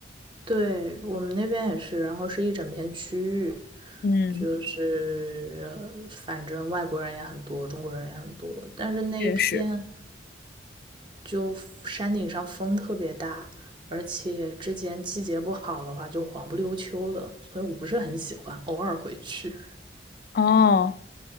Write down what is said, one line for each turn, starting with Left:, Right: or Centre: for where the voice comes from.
Right: 对，我们那边也是，然后是一整片区域，
Left: 嗯，
Right: 就是呃反正外国人也很多，中国人也很多，但是那一片。
Left: 确实。
Right: 就山顶上风特别大，而且之前季节不好的话就黄不溜秋的，所以我不是很喜欢，偶尔回去。
Left: 哦，